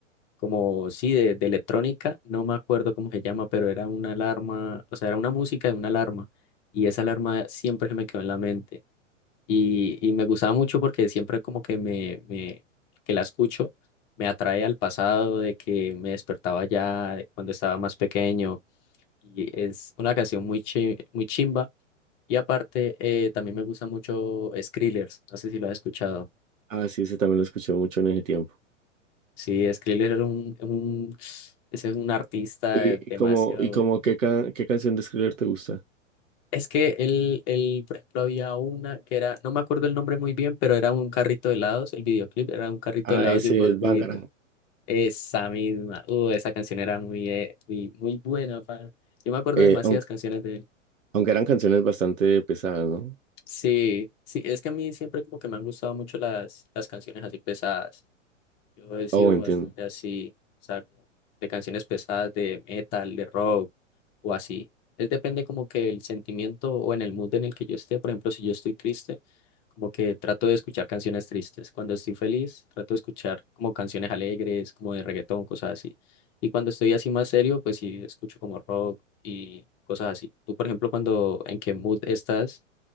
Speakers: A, on the left (about 15°); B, on the right (about 80°).
A: como, sí, de, de electrónica, no me acuerdo cómo se llama, pero era una alarma, o sea, era una música de una alarma y esa alarma siempre se me quedó en la mente y, y me gustaba mucho porque siempre como que me, me- que la escucho me atrae al pasado de que me despertaba ya cuando estaba más pequeño y es una canción muy, chi- muy chimba y aparte, eh, también me gusta mucho Skrillex, no sé si lo has escuchado.
B: Ah, sí, ese también lo escuché mucho en ese tiempo.
A: Sí, Skrillex era un, un- ese es un artista
B: ¿Y,
A: eh,
B: y
A: demasiado
B: como, y como
A: bueno.
B: qué, ca- qué canción de Skriller te gusta?
A: Es que él, él, por ejemplo, había una que era, no me acuerdo el nombre muy bien, pero era un carrito de helados, el videoclip era un carrito
B: Ah,
A: de helados
B: ese
A: de un gordito.
B: es Bangarang.
A: Esa misma, uh, esa canción era muy, eh, muy, muy buena, pa. Yo me acuerdo
B: Eh,
A: de demasiadas
B: aunque,
A: canciones de él.
B: aunque eran canciones bastante pesadas, ¿no?
A: Sí, sí, es que a mí siempre como que me han gustado mucho las, las canciones así pesadas. Yo he sido
B: Oh, entiendo.
A: bastante así, o sea, como de canciones pesadas, de metal, de rock o así. Es depende como que el sentimiento o en el mood en el que yo esté. Por ejemplo, si yo estoy triste, como que trato de escuchar canciones tristes. Cuando estoy feliz, trato de escuchar como canciones alegres, como de reggaetón, cosas así. Y cuando estoy así más serio, pues sí, escucho como rock y cosas así. Tú, por ejemplo, cuando en qué mood estás,